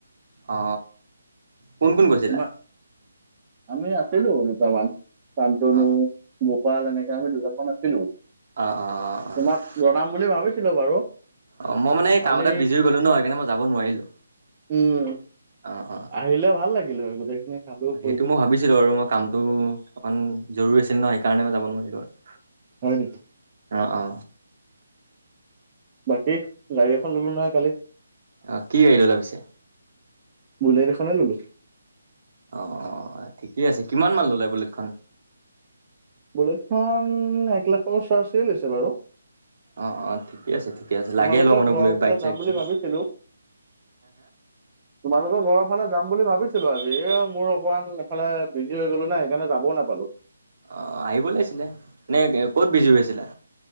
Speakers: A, on the right (about 45°); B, on the right (about 20°).
A: অ, কোন কোন গৈছি ছিলা।
B: তোমাৰ আমি আছিলো দুটামান, কান্তনু
A: অ
B: গোপাল এনেকে আমি দুজনমান আছিলো,
A: অ অ অ
B: তোমাক জনাম বুলি ভাবিছিলো বাৰু।
A: অ, মই মানে এই
B: কালি
A: কাম এটাত বিজি হৈ গ'লো ন সেইকাৰণে মই যাব নোৱাৰিলো।
B: উম,
A: অ অ
B: আহিলে ভাল লাগিল হয় গোটেইখিনি। খালো কৰিলো
A: সেইটো মই ভাবিছিলো আৰু মই কামটো অকণ জৰুৰী আছিল ন সেইকাৰণে মই যাব নোৱাৰিলো আৰু।
B: হয় নেকি?
A: অ, অ।
B: বাকী, গাড়ী এখন ল'লো নহয় কালি।
A: অ, কি গাড়ী ললা পিছে।
B: বুলেট এখনে ললো।
A: অ, অ, ঠিকেই আছে কিমান মান ল'লে বুলেটখন।
B: বুলেটখন এক লাখৰ চাৰ্চে লৈছে বাৰু।
A: অ, অ, ঠিকে আছে ঠিকে আছে
B: তোমালোকৰ
A: লাগে ন মানে
B: ঘৰৰ
A: বুলেট
B: ফালে
A: বাইক
B: যাম
A: চাইকখন।
B: বুলি ভাবিছিলো তোমালোকৰ ঘৰৰ ফালে যাম বুলি ভাবিছিলো আজি এ মোৰ অকমান এফালে বিজি হৈ গ'লো না সেইকাৰণে যাবও নাপালো।
A: অ, আহিব লাগিছিলে। এনে ক'ত বিজি হৈ আছিলা।